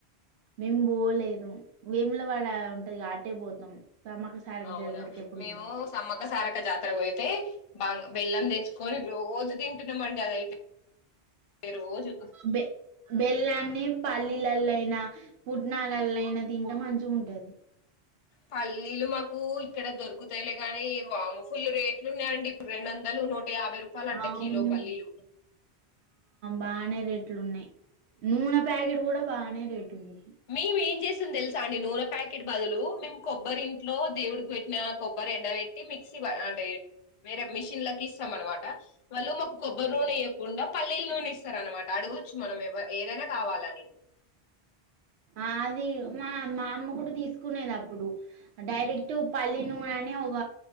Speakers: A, on the right (about 80°); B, on the left (about 45°).
A: మేము పోలేదు వేముల వాడ ఉంటది అటే పోతాం. సమ్మక సారక్క
B: అవునా
A: జాతరకి ఎప్పుడు
B: మేము
A: బోమ్
B: సమ్మక్క సారక్క సారక జాతరకు పోయితే బాంగ్ బెల్లం తెచ్చుకొని రోజు తింటున్నామండి అదైతే రోజు
A: బె బెల్లాన్ని పాళ్ళి పల్లల్ల అయినా పుట్నాలల్లో అయినా తింటే మంచిగ ఉంటది.
B: పల్లీలు మాకు ఇక్కడ దొరుకుతాయిలే కానీ, వామ ఫుల్లు రేట్లు ఉన్నాయిండి. ఇప్పుడు రెండు వందలు నూట్ ఒక యాభై రూపాయలు అంటే
A: అవును
B: కిలో పల్లీలు
A: బాగనే రేట్లు ఉన్నాయి. నూనె ప్యాకెట్ కూడా బానే రేట్ ఉంది.
B: మేము ఏం చేస్తాం తెలుసా అండి. నూనె ప్యాకెట్ బదులు మేము కొబ్బరి ఇంట్లో దేవుడికి పెట్టిన కొబ్బరి ఎండ పెట్టి మిక్సీ పడ్ వేరే మిషన్లకి ఇస్తాం అనమాట. వాళ్ళు మాకు కొబ్బరి నూనె ఇవ్వకుండా పల్లీల నూనె ఇస్తారు అనమాట. అడగొచ్చు మనం ఎవ ఏదైనా కావాలని
A: ఆది మా మా అమ్మ కూడా తీసుకునేది అప్పుడు డైరెక్ట్ పల్లి నూన ఏన్ని ఒగ